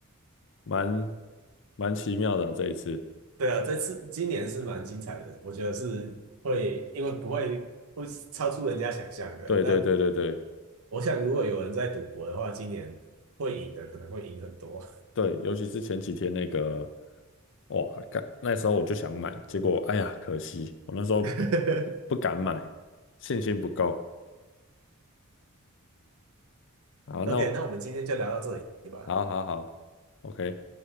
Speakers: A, on the left (about 55°); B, on the right (about 70°).
A: 蛮蛮奇妙的啊这一次。
B: 对啊，这次今年是蛮精彩的，我觉得是会，因为不会会超出人家想象的。
A: 对对对对对
B: 那我想，如果有人在赌博的话，今年会赢的可能会赢很多。
A: 对，尤其是前几天那个，哇，干，那时候我就想买，结果哎呀，可惜我那时候
B: <laughs>
A: 不敢买，信心不够。好，那我
B: OK，那我们今天就聊到这里吧。
A: 好好好，OK。